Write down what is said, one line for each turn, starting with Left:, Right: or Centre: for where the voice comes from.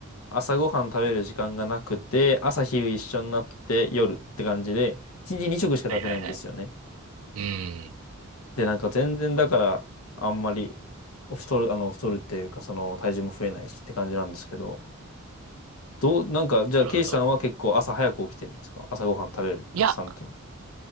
Left: 朝ごはん食べる時間がなくて、朝昼一緒になって夜って感じで、一日二食しか食べないんですよね。
Right: はいはいはい。うん。
Left: で、なんか全然だから、あんまり太る、あの、太るっていうか、その体重も増えないしって感じなんですけど、どう、なんか、じゃあ、
Right: なるほど。
Left: ケイシさんは結構朝早く起きてるんですか朝ごはん食べる、
Right: いや、
Left: たくさんっての。